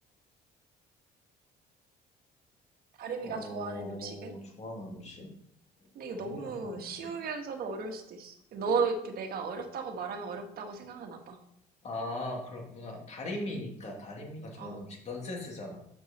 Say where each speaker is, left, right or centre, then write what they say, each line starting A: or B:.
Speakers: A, on the right (about 65°); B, on the left (about 40°).
A: 다름이가
B: 어,
A: 좋아하는 음식은?
B: 좋아하는 음식?
A: 근데 이거
B: 다리미가
A: 너무
B: 좋아하는
A: 쉬우면서도
B: 음식?
A: 어려울 수도 있어. 너 이렇게 내가 어렵다고 말하면 어렵다고 생각하나 봐.
B: 아, 그렇구나. 다리미니까 다리미가 좋아하는
A: 어,
B: 음식. 넌센스잖아.